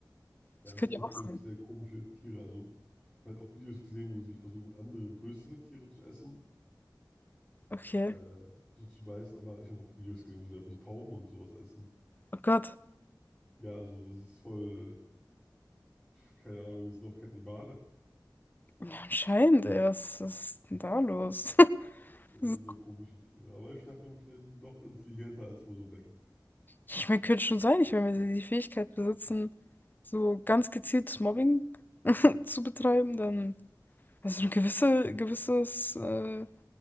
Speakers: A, on the left; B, in the centre.
A: Das
B: Ja, es
A: könnte
B: sind auch,
A: ja auch
B: glaube
A: sein.
B: ich, sehr komische Tiere. Also, ich habe halt auch Videos gesehen, wo sie versuchen, andere größere Tiere zu essen,
A: Okay.
B: äh, also zu beißen, aber ich habe auch Videos gesehen, wo sie einfach so Tauben und sowas essen.
A: Oh Gott.
B: Ja, also, es ist voll, keine Ahnung, es sind noch Kannibale.
A: Ja, anscheinend, ey, was was ist denn da los? <laughs>
B: Ja, es sind sehr komische Tiere, aber ich dachte mir, vielleicht sind die doch intelligenter, als man so denkt.
A: Ich meine, könnte schon sein, ich meine, wenn sie die Fähigkeit besitzen, so ganz gezieltes Mobbing <laughs> zu betreiben, dann, also eine gewisse, gewisses äh,